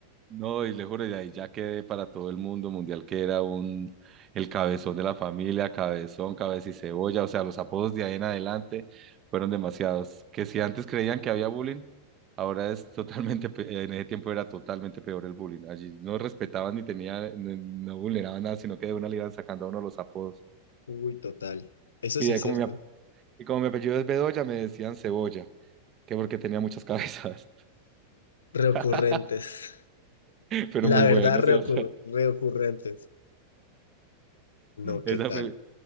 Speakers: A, on the right; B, on the left.
A: no, y le juro, y de ahí ya quedé para todo el mundo mundial que era un el cabezón de la familia, cabezón, cabeza y cebolla, o sea, los apodos de ahí en adelante fueron demasiados. Que si antes creían que había bullying, ahora es totalmente, pe- en ese tiempo era totalmente peor el bullying. Allí no respetaban ni tenían, no, no vulneraban nada, sino que de una le iban sacando a uno los apodos.
B: Uy, total. Eso
A: Y
B: sí
A: de
B: es
A: ahí como
B: cierto.
A: me Y como mi apellido es Bedoya, me decían Cebolla, que porque tenía muchas cabezas.
B: Reocurrentes.
A: <laughs> Pero
B: La
A: muy
B: verdad,
A: bueno,
B: reocu-
A: ¿cierto?
B: reocurrentes. No, ¿qué
A: Esa
B: tal?
A: fue,